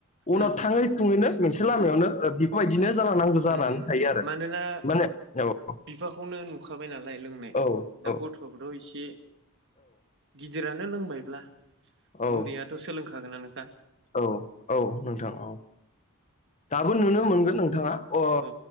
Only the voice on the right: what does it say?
उम
उम
उम उम
मानोना
बिफाखौनो नुखाबाय नालाय लोंनाय
दा
गथ'आबोथ' एसे गिदिरानो लोंबायब्ला
उन्दैयाथ' सोलोंखागोनानो।
बेफोरबायदि
आरो
औ